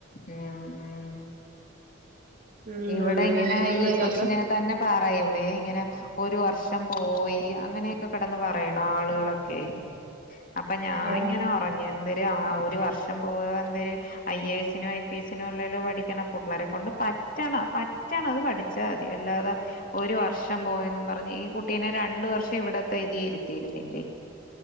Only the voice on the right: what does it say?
ഉം
അങ്ങനെയൊക്കെ
ഉള്ളത്
അപ്പൊ
ആഹ്